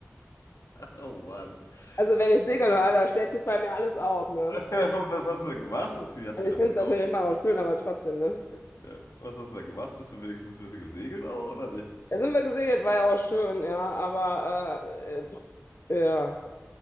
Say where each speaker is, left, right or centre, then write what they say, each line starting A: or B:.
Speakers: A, on the left; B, on the left.
A: Oh Mann. <laughs>
B: Also wenn ich segeln höre, da stellt sich bei mir alles auf, ne?
A: Und was hast du da gemacht? Hast du die Yacht
B: Also
A: wieder
B: ich finde
A: verkauft?
B: es natürlich immer auch schön, aber trotzdem, ne?
A: Ja. Was hast du da gemacht? Bist du wenigstens ein bisschen gesegelt auch, oder nicht? <laughs>
B: Da sind wir gesegelt, war ja auch schön, ja, aber äh, äh, ja.